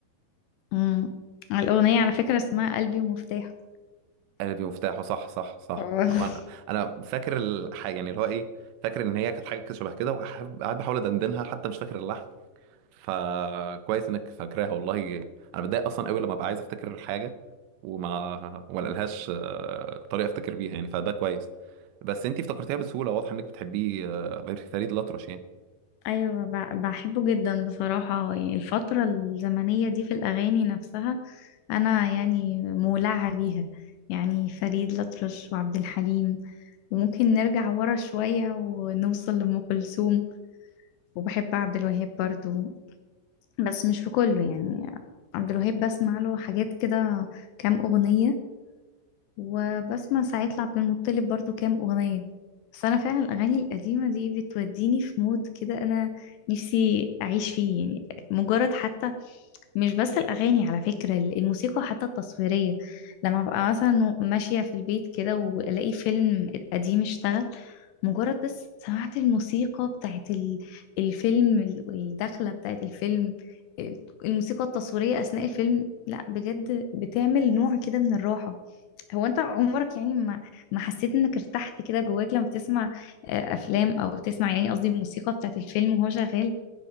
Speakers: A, on the left; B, on the right.
A: امم الاغنيه على فكره اسمها قلبي ومفتاحه
B: قالب مفتاحه صح صح صح
A: <laughs>
B: هو انا انا فاكر الحاجه يعني اللي هو ايه فاكر ان هي كانت حاجه كده شبه كده وقاعد قاعد بحاول ادندنها حتى مش فاكر اللحن فكويس انك فاكراها والله انا بتضايق اصلا قوي لما ابقى عايز افتكر حاجه وما وما لقلهاش آه، طريقه افتكر بيها يعني فده كويس بس انتي افتكرتيها بسهوله واضح انك بتحبيه آه، غير فريد الأطرش يعني
A: ايوه ب- بحبه جدا بصراحه يعني الفتره الزمنيه دي في الاغاني نفسها انا يعني مولعه بيها يعني فريد الأطرش وعبد الحليم وممكن نرجع ورا شويه ونوصل لأم كلثوم وبحب عبد الوهاب برضو بس مش في كله يعني عبد الوهاب بسمع له حاجات كده كام اغنيه وبسمع ساعات لعبد المطلب برضو كام أغنية بس أنا فعلا الأغاني القديمة دي بتوديني في مود كده أنا نفسي أعيش فيه يعني مجرد حتى مش بس الأغاني على فكرة الموسيقى حتى التصويرية لما ببقى مثلا ماشية في البيت كده وألاقي فيلم قديم اشتغل مجرد بس سمعت الموسيقى بتاعت ال- الفيلم والدخلة بتاعت الفيلم الموسيقى التصويرية أثناء الفيلم لا بجد بتعمل نوع كده من الراحة هو انت عمرك يعني ما ما حسيت انك ارتحت كده جواك لما بتسمع آه، افلام او بتسمع يعني قصدي الموسيقى بتاعت الفيلم وهو شغال